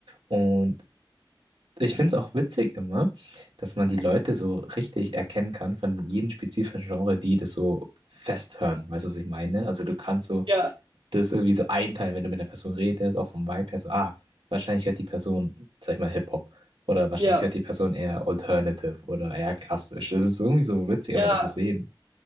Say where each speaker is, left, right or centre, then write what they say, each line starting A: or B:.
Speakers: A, on the right; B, on the right.
A: Und ich finde es auch witzig immer, dass man die Leute so richtig erkennen kann von jedem spezifischen Genre, die das so festhören. Weißt du, was ich meine? Also du kannst so
B: ja,
A: das ist irgendwie so ein Teil, wenn du mit einer Person redest, auch vom Vibe her, so, ah, wahrscheinlich hört die Person, sag ich mal, Hip-Hop. Oder wahrscheinlich
B: ja,
A: hört die Person eher Alternative oder eher klassisch. Das ist irgendwie so witzig, einfach
B: ja,
A: das zu sehen.